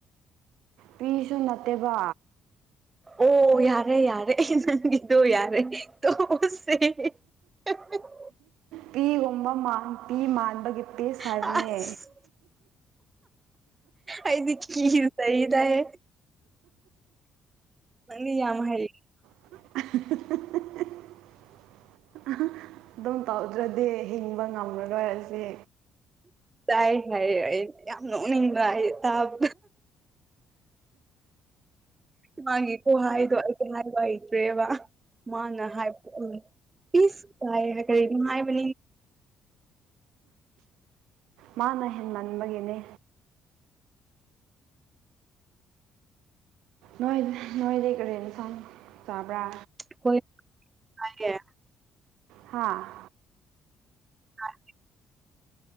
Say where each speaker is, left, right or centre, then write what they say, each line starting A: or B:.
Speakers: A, on the right (about 85°); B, on the right (about 30°).
A: ꯄꯤꯁꯨ ꯅꯠꯇꯦꯕ
B: ꯑꯣ ꯌꯥꯔꯦ ꯌꯥꯔꯦ ꯅꯪꯒꯤꯗꯣ ꯌꯥꯔꯦ ꯇꯁꯦ ꯑꯣ
A: ꯄꯤꯒꯨꯝꯕ ꯄꯤ ꯃꯥꯟꯕꯒꯤ ꯄꯤꯁ ꯍꯥꯏꯕꯅꯦ
B: ꯑꯁ ꯑꯩꯗꯤ ꯀ ꯆꯍꯤꯗꯑ ꯪꯗꯤ ꯌꯥꯝ ꯍꯥꯏ
A: <inaudible> ꯑꯗꯨꯝ ꯇꯧꯗ꯭ꯔꯗꯤ ꯍꯤꯡꯕ ꯉꯝꯂꯔꯣꯏꯔꯁ
B: ꯇꯥꯏ ꯍꯥꯏ ꯍꯥꯏ ꯌꯥꯝꯅ ꯎꯅꯤꯡꯕ ꯍꯥꯏ ꯇꯥꯕ ꯃꯥꯒꯤ ꯀꯣꯍꯥꯏꯗꯣ ꯑꯩꯗꯤ ꯍꯥꯏꯕ ꯍꯩꯇ꯭ꯔꯦꯕ ꯃꯥꯅ ꯍꯥꯏ ꯎ ꯄꯤꯁ ꯀꯥꯏ ꯍ ꯀꯔꯤ ꯅꯅꯨꯡꯉꯥꯏꯕ
A: ꯃꯥꯅ ꯍꯦ ꯃꯟꯕꯒꯤꯅꯦ ꯅꯣꯏ ꯅꯣꯏꯗꯤ ꯀꯦꯟ ꯁꯪ ꯆꯕ꯭ꯔꯥ
B: ꯑꯩꯣꯏ ꯍꯥꯏꯦ
A: ꯍꯥꯥ
B: ꯑ